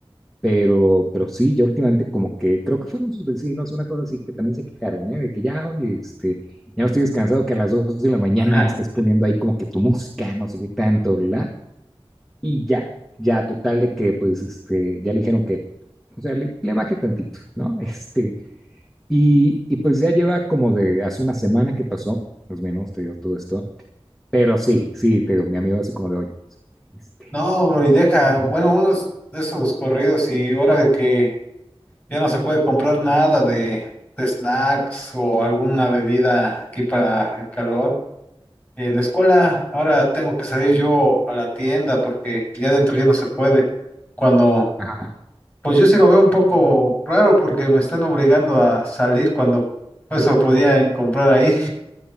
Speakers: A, in the centre; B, on the left.
A: Pero, pero sí, ya últimamente como que creo que fueron sus vecinos, una cosa así que también se quejaron, ¿eh? De que ya, oye, este, ya no estoy descansado que a las dos de la mañana
B: Bien.
A: estés poniendo ahí como que tu música, no sé qué tanto, bla. Y ya, ya, total de que, pues, este, ya le dijeron que, o sea, le, le baje tantito, ¿no? <laughs> Este, y, y pues ya lleva como de hace una semana que pasó, más o menos, te digo todo esto. Pero sí, sí, te digo, mi amigo así como de, oye, pues, este,
B: No, bro, y deja,
A: ajá,
B: bueno, unos de esos corridos y ahora de que ya no se puede comprar nada de, de snacks o alguna bebida aquí para el calor. En la escuela ahora tengo que salir yo a la tienda porque ya dentro ya no se puede. Cuando
A: ajá.
B: Pues yo sí lo veo un poco raro porque me están obligando a salir cuando eso podía en- comprar ahí.